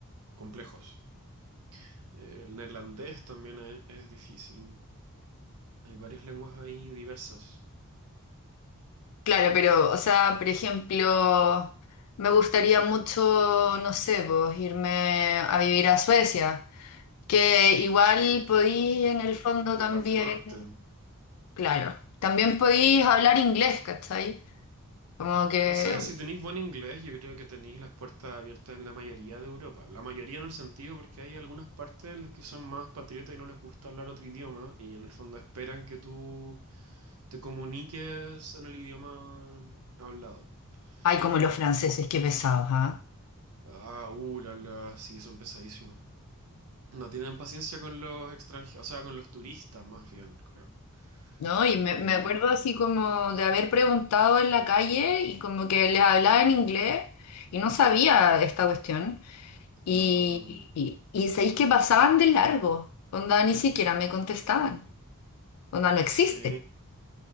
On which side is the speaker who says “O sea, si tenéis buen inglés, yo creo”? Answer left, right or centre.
Right